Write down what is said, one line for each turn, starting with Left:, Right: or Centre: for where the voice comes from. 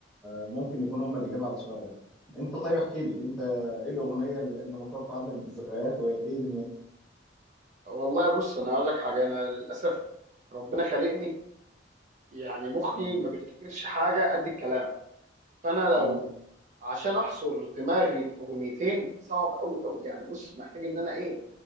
Centre: ممكن يكون هم الإجابة على سؤالك انت طيب احكي لي انت ايه الأغنية اللي اللي مرتبطة عندك بالذكريات وايه دنيتها
Right: والله بص انا هقول لك حاجه انا للاسف ربنا خلقني يعني مخي
Centre: اه،
Right: ما بيفتكرش حاجه قد الكلام فانا لو
Centre: اه.
Right: عشان احصر دماغي في اغنيتين صعب قوي قوي يعني بص محتاج ان انا ايه